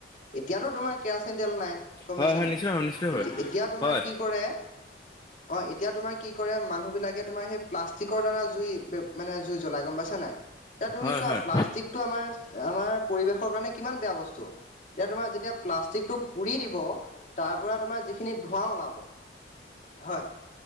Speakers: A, on the left (about 45°); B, on the left (about 20°).
A: এতিয়াতো তোমাৰ কেৰাচিন তেল নাই গম
B: হয়
A: পাইছা
B: হয়
A: নাই
B: নিশ্চিত
A: এটি
B: ভাৱে নিশ্চিত ভাৱে
A: এটি এতিয়া তোমাৰ
B: হয়
A: কি কৰে? অ', এতিয়া তোমাৰ কি কৰে মানুহবিলাকে তোমাৰ সেই প্লাষ্টিকৰ দ্বাৰা জুই বেব মানে জুই জ্বলাই গম পাইছা নাই। এতিয়া তুমি
B: হয়
A: চোৱা
B: হয়। হয়
A: প্লাষ্টিকটো আমাৰ আমাৰ পৰিৱেশৰ কাৰণে কিমান বেয়া বস্তু। এতিয়া তোমাৰ যেতিয়া। প্লাষ্টিকটো পুৰি দিব তাৰ পৰা তোমাৰ যিখিনি ধোঁৱ ওলাব। হয়।